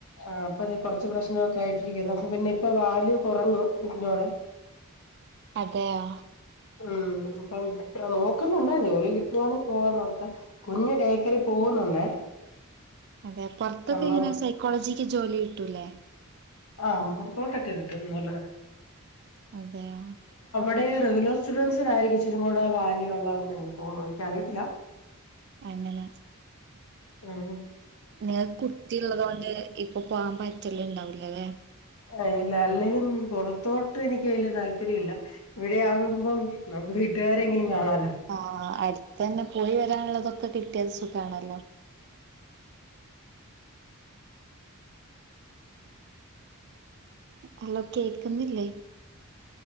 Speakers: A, on the left; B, on the right.
A: ആഹ് പ്പ ഞ് കൊർച് പ്രശ്നൊക്കാ ക്കെയിട്ടിരിക്കുന്നു അപ്പ പിന്നെ പ്പൊ വാല്യൂ കുറഞ്ഞു ഇഗ്നോടെ
B: അതെയൊ
A: ഉം അപ്പം നോക്കുന്നുണ്ട് ജോലി കിട്ടുവാണേൽ പോവാന്നോർത്ത് കുഞ്ഞ് ഡേകെയറിൽ പോകുന്നുണ്ടേ
B: അതെ പൊറത്തൊക്കെ
A: അപ്പം
B: എങ്ങനെ സൈക്കോളജിക്ക് ജോലി കിട്ടൂല്ലേ
A: ആ പുറത്തോട്ടൊക്കെ കിട്ടും നല്ലോണം
B: അതെയാ
A: അവിടെ റെഗുലർ സ്റ്റുഡൻറ്സിനായിരിക്കും ഇച്ചിരി കൂടെ വാല്യൂ ഉള്ളതെന്ന് എനിക്ക് തോന്നുന്നു എനിക്കറിയത്തില്ല
B: അങ്ങനെ
A: ആഹാ
B: നിങ്ങൾ കുട്ടിയള്ളത് കൊണ്ട് ഇപ്പൊ പോകാൻ പറ്റല് ഇണ്ടാവൂല്ലല്ലെ
A: അ ഇല്ല അല്ലെങ്കി പുറത്തോട്ട് എനിക്ക് വല്യ താല്പര്യല്ല ഇവിടെ ആകുമ്പം നമ്മക്ക് വീട്ടുകാരെങ്കിലും കാണാലോ
B: ആഹ് അടുത്തന്നെ പോയി വരാനുള്ളതൊക്കെ കിട്ടി സുഖാണല്ലോ ഹലോ കേക്കുന്നില്ലേ